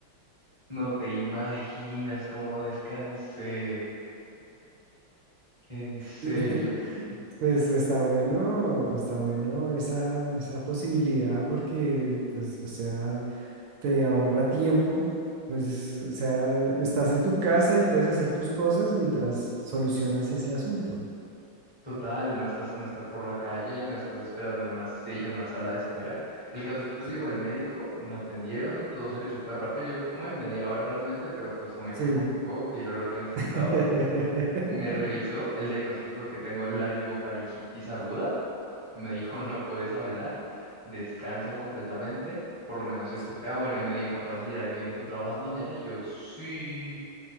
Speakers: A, on the left; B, on the right.
A: no te imaginas cómo descansé, en serio.
B: Y- <laughs> Pues está bueno, está bueno esa, esa posibilidad porque, pues, o sea, te ahorra tiempo, pues, o sea, estás en tu casa y puedes hacer tus cosas mientras solucionas ese asunto.
A: Total, no estás, no estás por la calle, no estás esperando en una, si- en una sala de espera. El caso es que pues
B: Sí.
A: llegó el médico, me atendieron, todo salió súper rápido, llegó como en media hora realmente, pero pues no me
B: Sí.
A: quejo, llegó, que lo, lo que necesitaba.
B: <laughs>
A: Me revisó, el diagnóstico fue que tengo laringofaringitis aguda, me dijo no puedes hablar, descansa completamente, por lo menos, este,
B: Sí.
A: ah bueno, y me dio incapacidad y me dijo tú trabajas mañana y yo sí.